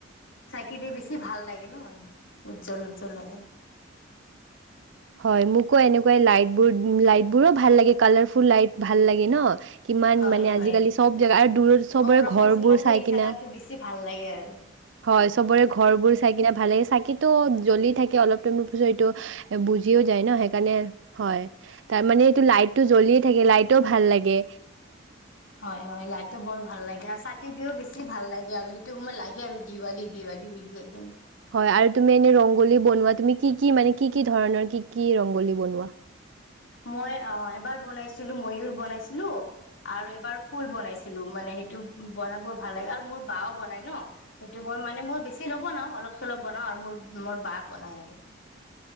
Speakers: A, on the left (about 90°); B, on the right (about 70°).
A: চাকি দি বেছি ভাল লাগে ন। উজ্বল-উজ্বল লাগে।
B: হয়, মোকো এনেকুৱাই লাইট বোৰ লাইট বোৰো ভাল লাগে কালাৰফুল লাইট ভাল লাগে ন। কিমান
A: হয়
B: মানে
A: হয়
B: আজিকালি চব জেগা আৰু দূৰত চবৰে
A: অ ৰমক
B: ঘৰবোৰ
A: চমক
B: চাই
A: কৰি
B: কিনা
A: থাকাতো বেছি ভাল লাগে আৰু
B: হয় চবৰে ঘৰবোৰ চাই কিনে ভালে চাকি। টো জ্বলি থাকে অলপ টাইমৰ পিছত এইটো। বুজিও যায় ন সেইকাৰণে হয়। তাৰ মানে এইটো লাইটটো জ্বলিয়ে থাকে লাইটও ভাল লাগে।
A: হয়-হয় লাইটটো বৰ ভাল লাগে আৰু চাকি দিও বেছি ভাল লাগে আৰু সেইটো সময়ত লাগে আৰু দিৱালী-দিৱালী বুলি।
B: হয় আৰু তুমি এনে ৰংগোলী বনোৱা তুমি কি কি মানে কি-কি ধৰণৰ কি-কি ৰংগোলী বনোৱা।
A: মই অ' এবাৰ বনাইছিলো ময়ুৰ বনাইছিলো আৰু এবাৰ ফুল বনাইছিলো মানে সেইটো বনাই বৰ ভাল লাগে আৰু মোৰ বাও বনাই ন সেইটো মই মানে মই বেছি নবনাও অলপ চলপ বনাওঁ আৰু মোৰ-মোৰ বা বনাই আৰু।